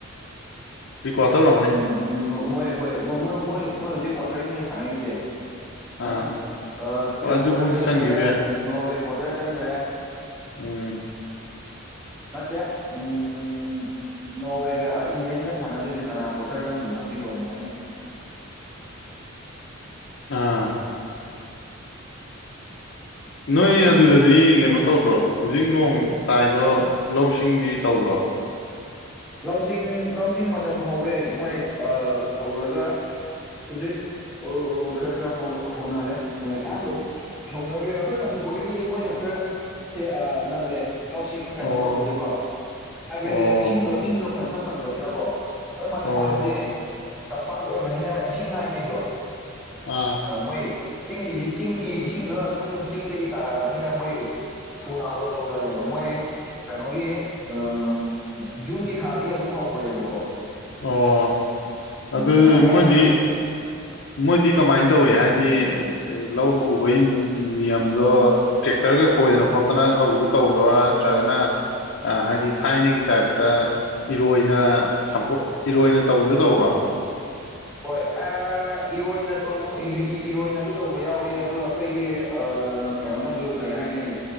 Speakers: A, on the left (about 55°); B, in the centre.
A: ꯄ꯭ꯔꯤꯀ꯭ꯋꯥꯇꯔ ꯑꯣꯏꯔꯒꯅꯤꯍꯦ
B: ꯎꯝ ꯎꯝ ꯍꯣꯏ ꯃꯣꯏ ꯍꯣꯏ ꯃꯣꯏ ꯃꯣꯏ ꯃꯣꯏ ꯃꯣꯏ ꯍꯧꯖꯤꯛ ꯀ꯭ꯋꯥꯇꯔꯒꯤꯅꯦ ꯁꯥꯟꯅꯔꯤꯖꯦ ꯉꯔꯥꯡ
A: ꯑꯥ
B: ꯑ ꯏꯁꯄꯦꯟ
A: ꯍꯣꯏ ꯑꯗꯨꯕꯨꯗꯤ
B: ꯀ꯭ꯋꯥꯇꯔ ꯆꯪꯒꯔꯦ
A: ꯆꯪꯈꯤꯕ ꯌꯥꯏ
B: ꯅꯣꯔꯋꯦ ꯀ꯭ꯋꯥꯇꯔ ꯆꯪꯒꯔꯦ
A: ꯎꯝ
B: ꯅꯠꯇꯦ ꯎꯝ ꯅꯣꯋꯦꯒ ꯑꯥ ꯏꯪꯂꯦꯟꯗꯒ ꯁꯥꯅꯗꯣꯏꯖꯦ ꯑ ꯀꯅꯥ ꯀꯋꯥꯇꯔ ꯆꯪꯗꯣꯏꯅꯣ ꯑꯗꯨꯒꯤ ꯑꯣꯏꯔꯝꯒꯅꯤ
A: ꯑꯥ ꯅꯣꯏ ꯑꯗꯨꯗꯗꯤ ꯀꯩꯅꯣ ꯇꯧꯗ꯭ꯔꯣ ꯍꯧꯖꯤꯛ ꯅꯣꯡ ꯇꯥꯏꯗꯣ ꯂꯧꯁꯤꯡꯗꯤ ꯇꯧꯗ꯭ꯔꯣ
B: ꯂꯧ ꯁꯤꯡ ꯂꯧꯁꯤꯡ ꯃꯇꯝ ꯍꯧꯔꯦ ꯃꯣꯏ ꯑꯥ ꯍꯧꯔꯒ ꯍꯨꯖꯤꯛ ꯑꯣ ꯈꯔ ꯈꯔ ꯍꯧꯅꯔꯦ ꯃꯣꯏ ꯑꯌꯥꯝꯕꯗꯤ ꯍꯧꯅꯒꯔꯦ ꯑꯈꯣꯏ ꯃꯅꯤꯄꯨꯔꯗꯒꯤꯗꯤ ꯃꯣꯏꯅ ꯈꯔ ꯍꯦ ꯑꯥ ꯉꯜꯂꯦ ꯂꯧꯁꯤꯡ ꯀꯩꯅꯣ
A: ꯑꯣ
B: ꯇꯧꯕꯖꯦꯀꯣ ꯍꯥꯏꯕꯗꯤ
A: ꯑꯣ
B: ꯏꯁꯤꯡꯗꯣ ꯏꯁꯤꯡꯗꯣ ꯐꯖꯅ ꯐꯪꯕꯅꯤꯅꯀꯣ ꯈꯣꯏ ꯃꯅꯤꯄꯨꯔꯗꯗꯤ
A: ꯑꯣ
B: ꯇꯝꯄꯥꯛ ꯑꯣꯏꯕꯅꯤꯅ ꯏꯁꯤꯡ ꯉꯥꯏꯅꯩꯗꯣ
A: ꯑ
B: ꯑꯥ ꯃꯣꯏ ꯆꯤꯡꯒꯤꯗꯤ ꯆꯤꯡꯒꯤ ꯏꯁꯤꯡꯗ ꯑꯗꯨꯝ ꯆꯤꯡꯗꯒꯤ ꯇꯥꯔꯛꯑꯕꯅꯤꯅ ꯃꯣꯏ ꯊꯨꯅ ꯍꯧꯖ ꯍꯧꯖꯤꯜꯂꯦꯕ ꯃꯣꯏ ꯀꯩꯅꯣꯒꯤ ꯑꯥ ꯖꯨꯟꯒꯤ ꯊꯥꯗꯩ ꯑꯗꯨꯝ ꯍꯧꯒꯔꯦꯕꯀꯣ
A: ꯑꯣ ꯑꯗꯨꯢ
B: ꯑꯗꯨꯃꯥꯏꯅ ꯑꯌꯥꯝꯕ
A: ꯃꯣꯏꯗꯤ
B: ꯑꯗꯨꯝ
A: ꯃꯣꯏꯗꯤ ꯀꯃꯥꯏꯅ ꯇꯧꯏ ꯍꯥꯏꯗꯤ ꯂꯧ ꯎꯕꯩ ꯅꯤꯌꯝꯗꯣ ꯇ꯭ꯔꯦꯛꯇꯔꯒ ꯈꯣꯏꯗꯅ
B: ꯑꯩꯈꯣꯏꯒꯤ
A: ꯈꯣꯠꯇꯅ ꯇꯧꯕꯤꯗꯨ ꯇꯧꯕ꯭ꯔꯥ ꯅꯠꯇ꯭ꯔꯒꯅ ꯍꯥꯏꯗꯤ ꯊꯥꯏꯅꯒꯤ ꯇꯥꯏꯞ ꯑ ꯏꯔꯣꯏꯅ ꯁꯝꯄꯣꯠ ꯏꯔꯣꯏꯅ ꯇꯧꯕꯤꯗꯣ ꯇꯧꯕ꯭ꯔꯣ
B: ꯍꯣꯏ ꯑ ꯏꯔꯣꯏꯅ ꯇꯧ ꯏꯔꯣꯏꯅꯖꯨ ꯇꯧꯕ ꯌꯥꯎꯋꯤ ꯑꯗꯨꯒ ꯑꯩꯈꯣꯏꯒꯤ ꯑ ꯀꯩꯅꯣꯅꯥꯖꯨ ꯀꯩ ꯍꯥꯏꯒꯅꯤ